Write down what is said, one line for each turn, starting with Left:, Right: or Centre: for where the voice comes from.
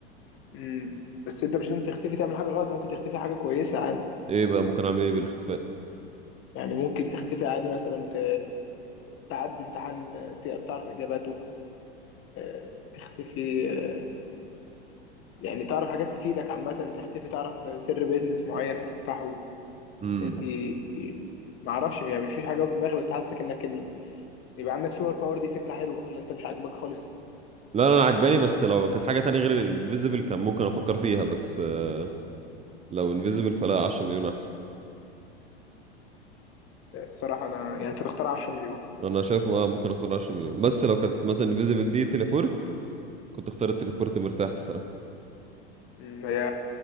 Left: مم، بس انت مش لازم تختفي تعمل حاجه غلط ممكن تختفي حاجه كويسه عادي
Right: ايه بقى ممكن اعمل ايه بالاختفاء
Left: يعني ممكن تختفي عادي مثلا ت... تعدي امتحان ت- تعرف إجاباته آه، تختفي آه، يعني تعرف حاجات تفيدك عامة تختفي تعرف سر بيزنس معين فتفتحه
Right: امم
Left: في معرفش يعني مفيش حاجة في دماغي بس حاسك إنك ال... يبقى عندك سوبر باور دي فكرة حلوة ولا أنت مش عاجباك خالص؟
Right: لا لا انا عجباني بس لو كانت حاجة تانية غير الانفيزبل كان ممكن افكر فيها بس آه، لو انفيزبل
Left: مم.
Right: فلا 10 مليون احسن
Left: لا، الصراحة أنا يعني أنت تختار 10 مليون
Right: انا شايف آه، ممكن اختار 10 مليون بس لو كانت مثلا انفيزبل دي تليبورت كنت اختار التليبورت مرتاح الصراحة
Left: مم، هي